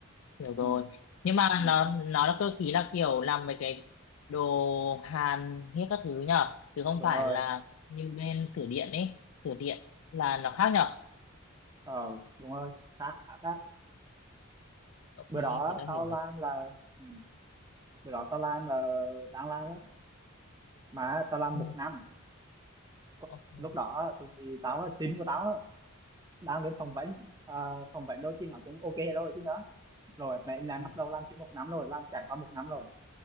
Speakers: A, on the left (about 65°); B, on the right (about 15°).
A: hiểu rồi.
B: Ừ.
A: Nhưng mà
B: Ừ.
A: nó nó là cơ khí là kiểu làm mấy cái đồ hàn hết các thứ nhở, chứ không
B: đúng
A: phải
B: rồi
A: là như bên sửa điện ấy, sửa điện là nó khác nhở.
B: ờ đúng rồi xác khá xác
A: Ok,
B: bữa đó
A: thì tao
B: tao
A: hiểu rồi.
B: làm là ừ, bữa đó tao làm là đang làm đó mà tao làm
A: Ừ,
B: một năm Có-
A: ok.
B: lúc đó tụi tao là team của tao á, đang lên phỏng vấn Ờ, phỏng vấn đôi khi nói chúng ok rồi chứ nữa rồi mẹ làm
A: Ừ,
B: bắt đầu làm chung một năm rồi làm trải qua một năm rồi